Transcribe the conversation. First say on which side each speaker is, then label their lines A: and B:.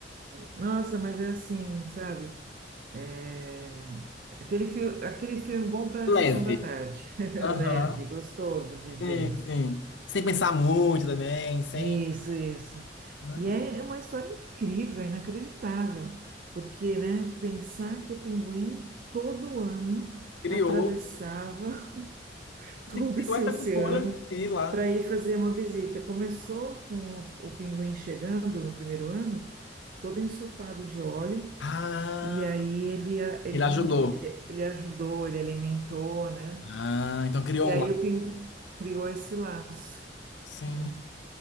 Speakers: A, on the right (about 50°); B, on the left (about 75°).
A: Nossa, mas é assim, sabe? É, Aquele filme, aquele filme bom para
B: Leve.
A: sessão da tarde. <laughs> Leve,
B: Aham.
A: gostoso de ver.
B: Sim, sim. Sem pensar muito também, sem.
A: Isso, isso.
B: Ah,
A: E
B: legal.
A: é uma história incrível, é inacreditável, porque, né, pensar que o pinguim todo ano
B: criou,
A: atravessava <laughs>
B: ele
A: todo
B: criou
A: esse
B: essa
A: oceano
B: cultura de ir lá,
A: para
B: né?
A: ir fazer uma visita. Começou com o o pinguim chegando no primeiro ano, todo ensopado de óleo
B: Ah,
A: E aí ele, a- ele,
B: ele ajudou.
A: lim- ele ele ajudou, ele alimentou, né?
B: Ah, então criou
A: E aí
B: um lá.
A: o Pin criou esse laço,
B: Sim.
A: né?